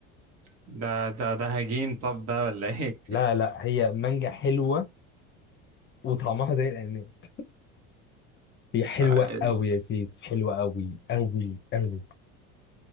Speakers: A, on the right; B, on the left.
A: ده ده ده هجين طب ده ولا ايه
B: لا لا هي مانجا حلوه وطعمها زي الاناناس هي حلوة
A: لا، ايه
B: أوي يا سيف حلوة أوي أوي أوي